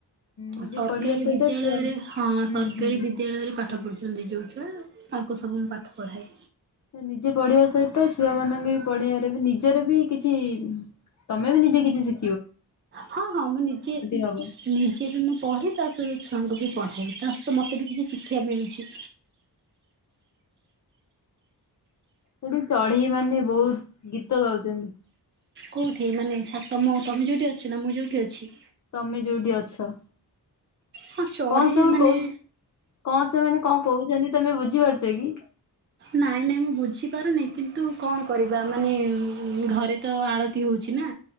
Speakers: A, on the left (about 45°); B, on the right (about 30°).
A: ନିଜେ
B: ସରକାରୀ
A: ପଢିବା ସହିତ
B: ବିଦ୍ୟାଳୟରେ
A: ଛୁଆ ହୁଁ
B: ହଁ ସରକାରୀ
A: ହୁଁ।
B: ବିଦ୍ୟାଳୟରେ ପା ପାଠ ପଢ଼ୁଚନ୍ତି ଯୋଉ ଛୁଆ ତାଙ୍କୁ ସବୁ ମୁଁ ପାଠ ପଢ଼ାଏ।
A: ତ ନିଜେ ପଢିବା ସହିତ ଛୁଆମାନଙ୍କୁ ବି ପଢେଇବାରେ ବି ନିଜର ବି କିଛି ତମେ ବି ନିଜେ କିଛି ଶି
B: ହଁ ହଁ ମୁଁ ନିଜେ
A: ହବ।
B: ନିଜେ ବି ମୁଁ ପଢ଼େ ତା ସହିତ ଛୁଆଙ୍କୁ ବି ପଢ଼ାଏ ତା ସହିତ ମତେ ବି କିଛି ଶିକ୍ଷା ମିଳୁଛି।
A: ହେଠୁ ଚଢେଇମାନେ ବୋହୁତ ଗୀତ ଗାଉଛନ୍ତି।
B: କୋଉଠି ମାନେ ଛା ତମ ତମେ ଯୋଉଠି ଅଛ ନା ମୁଁ ଯୋଉଠି ଅଛି?
A: ତମେ ଯୋଉଠି ଅଛ।
B: ହଁ ଚଢ଼ି
A: କଣ ସବୁ
B: ମାନେ
A: କୋହୁ କଣ ସେମାନେ କଣ କୋହୁଚନ୍ତି ତମେ ବୁଝିପାରୁଚ କି?
B: ନାଇଁ ନାଇଁ ମୁଁ ବୁଝିପାରୁନି କିନ୍ତୁ କଣ କରିବା ମାନେ ଘରେ ତ ଆଳ ତୀ ହୋଉଛି ନା